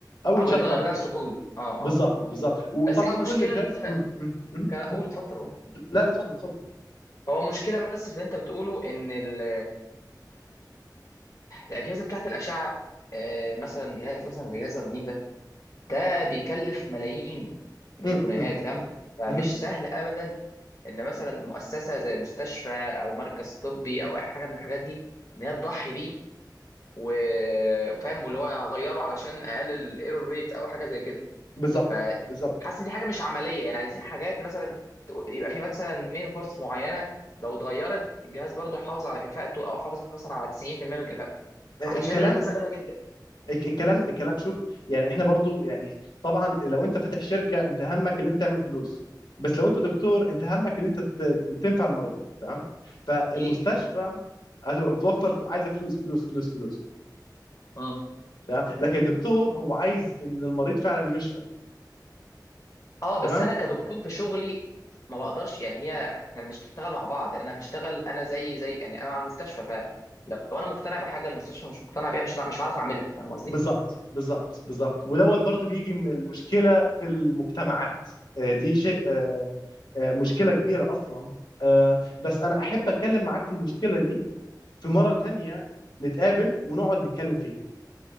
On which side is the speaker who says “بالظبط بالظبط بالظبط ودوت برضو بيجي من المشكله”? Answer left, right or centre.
Left